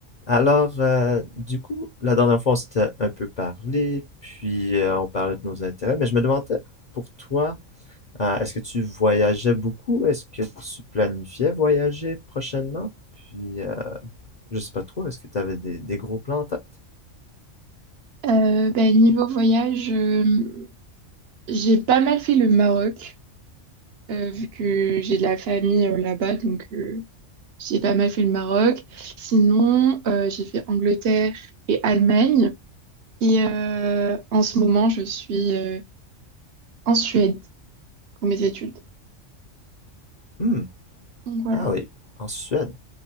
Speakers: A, on the left; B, on the right.
A: Alors, euh, du coup, la dernière fois, on s'était un peu parlé, puis euh, on parlait de nos intérêts, mais je me demandais, pour toi, euh, est-ce que tu voyageais beaucoup? Est-ce que tu planifiais voyager prochainement? Puis, euh, je sais pas trop, est-ce que tu avais des, des gros plans en tête?
B: Euh, ben, niveau voyage, euh, j'ai pas mal fait le Maroc, euh, vu que j'ai de la famille euh, là-bas, donc euh, j'ai pas mal fait le Maroc. Sinon, euh, j'ai fait Angleterre et Allemagne. Et euh, en ce moment, je suis euh, en Suède pour mes études.
A: Hmm.
B: Donc voilà,
A: Ah oui, en Suède.